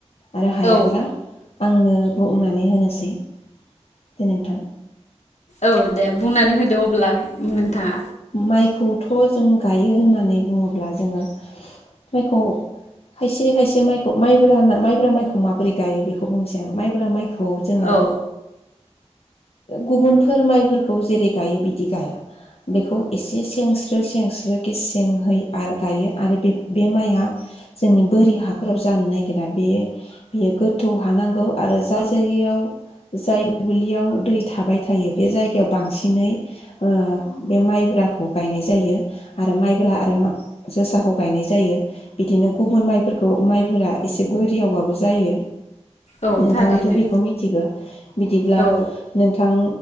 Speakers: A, on the left (about 60°); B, on the left (about 80°).
A: आरो हायाब्ला
B: औ
A: आंनो बुंनानै होनोसै दे नोंथां
B: औ दे बुंनानै होदो अब्ला नोंथाङा
A: माइखौथ' जों गायो होननानै बुङोब्ला जोङो माइखौ खायसे खायसे माइखौ माइब्रा होनना माइब्रा माइखौ माबोरै गायो बेखौ बुंनोसै आं माइब्रा माइ खौ जोङो
B: औ
A: गुबुनफोर माइफोरखौ जेरै- गायो बिदि गाया बेखौ एसे सेंस्रो सेंस्रो गेसेंहै आरो गायो आरो बे माइआ जोंनि बोरि हाफोराव जानो नागिरा बे बेयो गोथौ हानांगौ आरो जाय जायगायाव जाय दुबलियाव दै थाबाय थायो बे जायगायाव बांसिनै ओ बे माइब्राखौ गायनाय जायो आरो माइब्रा आरो जोसाखौ गायनाय जायो बिदिनो गुबुन माइफोरखौ माइफोरा एसे बोरियावबाबो जायो।
B: औ
A: नोंथाङाथ'
B: थारैनो
A: बेखौ मिथिगौ बिदिब्ला
B: औ
A: नोंथां